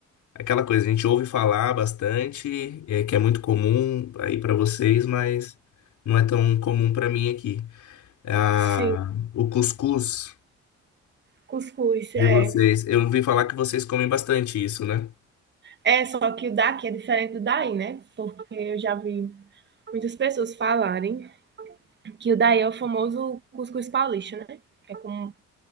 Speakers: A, on the left; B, on the right.
A: aquela coisa, a gente ouve falar bastante, é, que é muito comum aí para vocês, mas não é tão comum para mim aqui. Ah,
B: Sim,
A: o cuscuz
B: cuscuz,
A: de
B: é.
A: vocês. Eu ouvi falar que vocês comem bastante isso, né?
B: É, só que o daqui é diferente do daí, né? Porque eu já vi muitas pessoas falarem que o daí é o famoso cuscuz paulista, né? é como